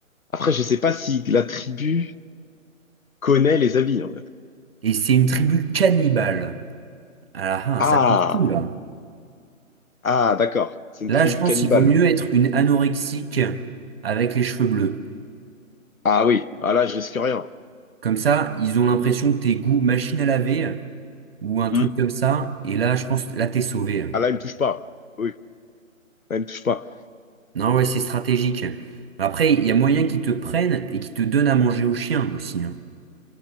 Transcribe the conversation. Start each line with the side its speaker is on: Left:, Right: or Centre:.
Left: après, je sais pas si la tribu connaît les habits, en fait.
Right: Et c'est une tribu cannibale. Ah, ah, ah,
Left: Ah!
Right: ça peut tout, là.
Left: Ah, d'accord. C'est une
Right: Là,
Left: tribu
Right: je pense
Left: cannibale.
Right: qu'il vaut mieux être une anorexique avec les cheveux bleus.
Left: Ah oui. Ah là, je risque rien.
Right: Comme ça, ils ont l'impression que t'es goût machine à laver ou un truc
Left: Mm.
Right: comme ça. Et là, je pense, là, t'es sauvé.
Left: Ah là, il me touche pas. Oui. elle me touche pas.
Right: Non, ouais, c'est stratégique. Après, il y a moyen qu'ils te prennent et qu'ils te donnent à manger au chien aussi. hein.